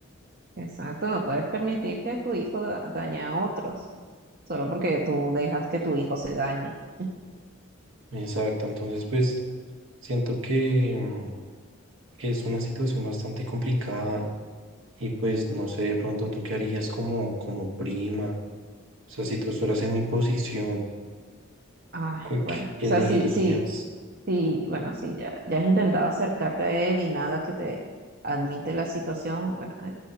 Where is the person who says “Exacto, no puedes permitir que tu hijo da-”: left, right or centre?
Right